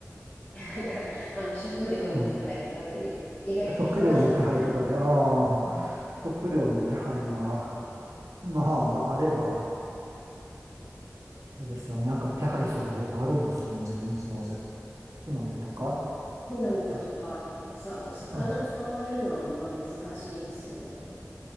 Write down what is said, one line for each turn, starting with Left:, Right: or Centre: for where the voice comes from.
Left: なんか、あの、食料の手配とかで意外と忙しかったり、
Right: うん、食料の手配とかで、ああ、食料の手配は、まあ、あれば、あれですよ、なんか手配する方法あるんですかね、無人島で。木の実とか、
Left: 木の実とかおさ、
Right: あ、
Left: お魚捕まえるのはまあ難しいですよね。
Right: あ、